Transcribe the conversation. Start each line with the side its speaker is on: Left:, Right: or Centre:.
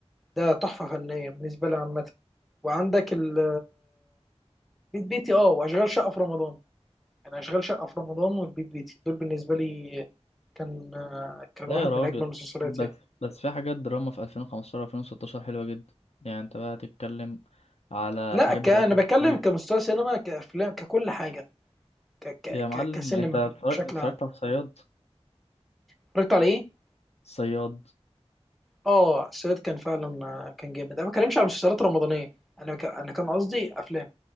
Centre: ده تحفه فنيه بالنسبه لي عامه وعندك ال- البيت بيتي اه واشغال شقه في رمضان يعني اشغال شقه في رمضان والبيت بيتي دول بالنسبه لي كان كان
Left: لا
Centre: واحد
Left: يا راجل
Centre: من اجمل المسلسلات
Left: بس
Centre: يعني
Left: بس في حاجات دراما في 2015 2016 حلوه جدا يعني انت بقى تتكلم على
Centre: لا
Left: الحاجات
Centre: ك...
Left: بتاعت
Centre: انا
Left: يوسف
Centre: بتكلم
Left: شريف.
Centre: كمستوى سينما كافلام ككل حاجه ك... ك...
Left: يا معلم
Centre: ك... كسينما
Left: انت اتفرج-
Centre: بشكل
Left: اتفرجت
Centre: عام
Left: على الصياد
Centre: اتفرجت على ايه
Left: صياد
Centre: اه السويد كان فعلا آه، كان جامد انا ما بتكلمش على مسلسلات رمضانيه انا ك... انا كان قصدي افلام